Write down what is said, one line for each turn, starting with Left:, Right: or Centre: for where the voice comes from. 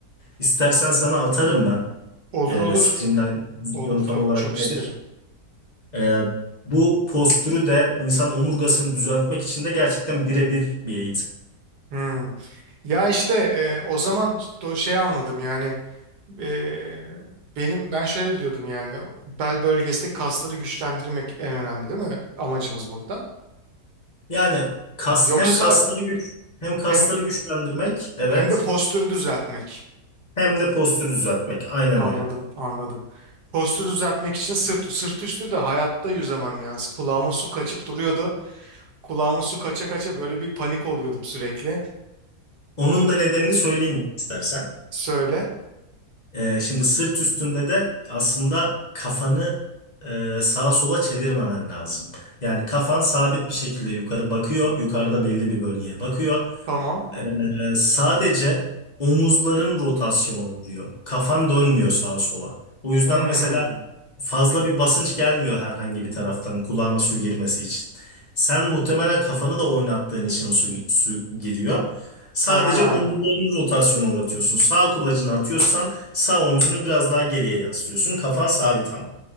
Left: İstersen sana atarım ben
Right: Olur
Left: e,
Right: olur.
Left: streamline pozisyonu
Right: Olur çok
Left: tam olarak
Right: çok
Left: nedir?
Right: isterim.
Left: Ee, bu postürü de insan omurgasını düzeltmek için de gerçekten birebir bir eğitim.
Right: Hı. Ya işte e, o zaman işte o şey anladım yani e, benim ben şöyle biliyordum yani bel bölgesindeki kasları güçlendirmek en önemli değil mi amacımız burada?
Left: Yani kas
Right: Yoksa
Left: hem kasları güç hem kasları
Right: hem
Left: güçlendirmek evet
Right: hem de postürü düzeltmek.
Left: Hem de postürü düzeltmek. Aynen
Right: Anladım,
Left: öyle.
Right: anladım. Postürü düzeltmek için sırt, sırt üstü de hayatta yüzemem yani. Kulağıma su kaçıp duruyordu. Kulağıma su kaça kaça böyle bir panik oluyordum sürekli.
Left: Onun da nedenini söyleyeyim istersen.
Right: Söyle.
Left: Ee, şimdi sırt üstünde de aslında kafanı e, sağa sola çevirmemen lazım. Yani kafan sabit bir şekilde yukarı bakıyor. Yukarıda belli bir bölgeye bakıyor.
Right: Tamam.
Left: Ee, sadece omuzların rotasyona uğruyor. Kafan dönmüyor sağa sola. O yüzden
Right: Hmm.
Left: mesela fazla bir basınç gelmiyor herhangi bir taraftan kulağına su girmesi için. Sen muhtemelen kafanı da oynattığın için o su, su giriyor. Sadece
Right: Ha,
Left: omuzların rotasyona uğratıyorsun. Sağ kulacını atıyorsan Sağ omzunu biraz daha geriye yaslıyorsun. Kafan sabit ama.